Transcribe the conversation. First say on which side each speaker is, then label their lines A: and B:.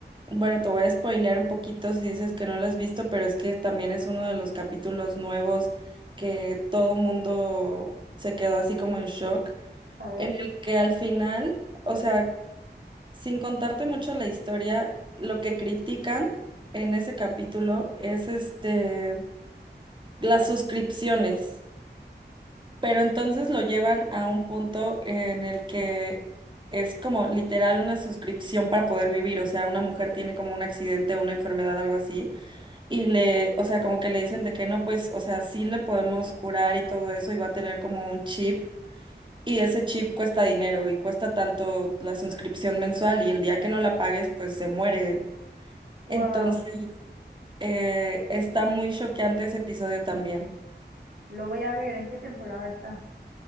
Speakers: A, on the right; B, on the right.
A: bueno, te voy a spoilear un poquito si dices que no lo has visto, pero es que también es uno de los capítulos nuevos que todo mundo se quedó así como en shock,
B: A ver.
A: en el que al final, o sea, sin contarte mucho la historia, lo que critican en ese capítulo es este las suscripciones, pero entonces lo llevan a un punto en el que es como literal una suscripción para poder vivir, o sea, una mujer tiene como un accidente o una enfermedad, algo así, y le, o sea, como que le dicen de que no, pues, o sea, sí le podemos curar y todo eso y va a tener como un chip. Y ese chip cuesta dinero y cuesta tanto la suscripción mensual y el día que no la pagues, pues se muere
B: Wow,
A: Entonces, eh, está muy choqueante ese episodio también.
B: lo voy a ver, ¿en qué temporada está?